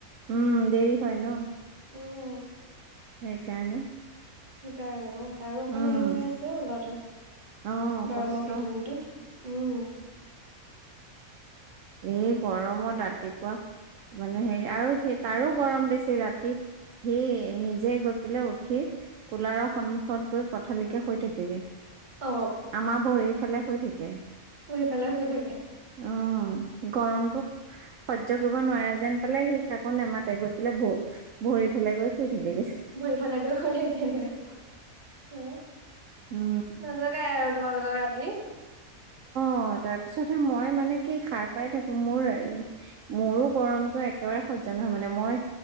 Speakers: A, on the right (about 65°); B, on the right (about 30°).
A: উম, দেৰি হয় ন
B: উম
A: সেইকাৰণে।
B: সেইকাৰণে অ' তাৰো অকণ
A: উম
B: হেৰি হৈ আছে আৰু ল'ৰাটোৰ।
A: অ'
B: গৰমৰ
A: কষ্ট
B: <unintelligible> উম।
A: এই গৰমত ৰাতিপুৱা মানে হেৰি আৰু সি তাৰো গৰম বেছি ৰাতি সি নিজে গৈ পেলাই উঠি কুলাৰৰ সন্মুখত গৈ পথালিকে শুই থাকেগে।
B: অ
A: আমাৰ ভৰিৰ ফালে শুই থাকে।
B: অ' সেইফালে শুই থাকে।
A: অ গৰমটো সহ্য কৰিব নোৱাৰা যেন পালে সি কাকো নেমাতে গৈ পেলাই ব ভৰি পেলাই গৈ শুই থাকে গৈ।
B: ভৰিফালে গৈ শুই <inaudible>
A: উম
B: নযোগাই আৰু। তোমালোকৰ ৰাতি।
A: অ' তাৰ পিছতহে মই মানে কি সাৰ পাই থাকোঁ মোৰ, মোৰো গৰমটো একেবাৰে সহ জানা মানে মই